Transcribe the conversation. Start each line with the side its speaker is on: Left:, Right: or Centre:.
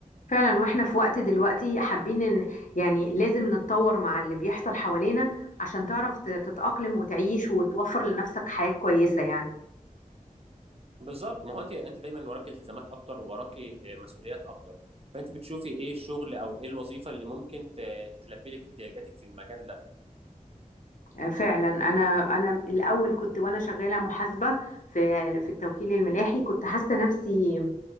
Left: فعلا واحنا في وقت دلوقتي حابين ان يعني لازم نتطور مع اللي بيحصل حوالينا عشان تعرف ت- تتأقلم وتعيش وتوفر لنفسك حياة كويسة يعني
Right: بالظبط ما هو انت انت دايما وراكي التزامات اكتر وراكي آه، مسؤوليات اكتر فانت بتشوفي ايه الشغل او ايه الوظيفه اللي ممكن ت- تلبي لك احتياجاتك في المجال ده
Left: آه، فعلا انا انا الاول كنت وانا شغالة محاسبة في في التوكيل الملاحي كنت حاسة نفسي